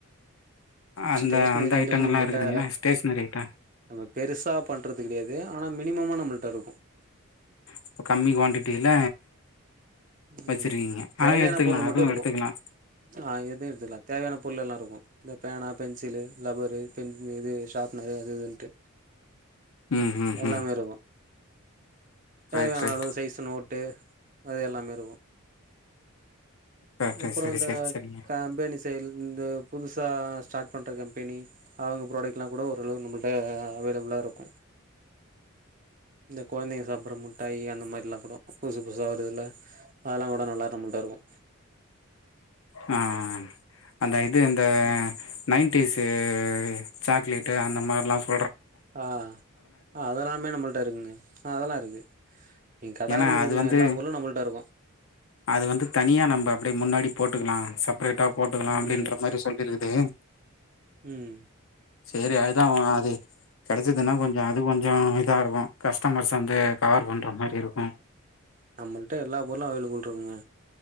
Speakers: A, on the left; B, on the right.
A: அந்த
B: ஸ்டேஷனரி
A: அந்த
B: ஐட்டம்லா
A: ஐட்டங்கள்லா
B: நம்மளிட்ட
A: இருக்குதுங்களா ஸ்டேஷ்னரி ஐட்டோ
B: நம்ம பெருசா பண்றது கிடையாது ஆனா மினிமமா நம்ம <unintelligible>
A: இப்ப கம்மி குவான்டிட்டில
B: உம்
A: வச்சிருக்கீங்க ஆனா
B: தேவையான
A: எடுத்துக்கலா
B: பொருள்
A: அதுவு
B: மட்டு இருக்கு
A: எடுத்துக்கலா
B: ஆஹ் எதுவு எடுத்துக்கல தேவையான புல்லெல்லா இருக்கு இந்த பேனா பென்சிலு ரப்பரு பென் இது ஷாரப்னரு அது இதுன்ட்டு
A: ம் ம்
B: எல்லாமே
A: ம்
B: இருக்கு தேவையான
A: ரைட் ரைட்
B: அளவு சைஸ் நோட்டு அது எல்லாமே
A: கரெக்ட்டு
B: அப்புற
A: சரி
B: இந்த
A: சரி சரிங்க
B: கம்பேணிசைல் இந்த புதுசா ஸ்டார்ட் பண்ணுற கம்பெனி அவங்க ப்ராடக்ட்லா கூட ஓரளவு நம்மளிட்ட அவைலபிளா இருக்கு இந்த குழந்தைங்க சாப்பர முட்டாய் அந்த மாதிரிலா கூட புதுசு புதுசா வருதில்ல அதெல்லா கூட நல்லா நம்மளிட்ட இருக்கு
A: மா அந்த இது அந்த
B: ம்
A: நைன்த் செரி சாக்லெட்டு அந்த மாரிலெல்லா சுத்தி
B: ஆஹ் அதெல்லாமே நம்மளிட்ட இருக்குங்க அதெல்லா இருக்கு நீங்க கட
A: ஏன்னா
B: ஆரம்பிக்கிறதுக்கான
A: அது வந்து
B: எல்லா பொருளும் நம்மள்ட்ட இருக்கும்
A: அது வந்து தனியா நம்ம அப்டியே முன்னாடி போட்டுக்கலா சப் அப்ரேட்டா போட்டுக்கலா
B: ம்
A: அப்டின்ற மாரி சொல்லியிருக்குது
B: ம்
A: சேரி அதுதா அது கிடைச்சதுன்னா கொஞ்ஜோ அது கொஞ்ஜோ <unintelligible> கஷ் <unintelligible> கவர் பண்ற மாரி இருக்கு ம்
B: நம்மளிட்ட எல்லா பொருளு அவைலபுள்ல இருக்குங்க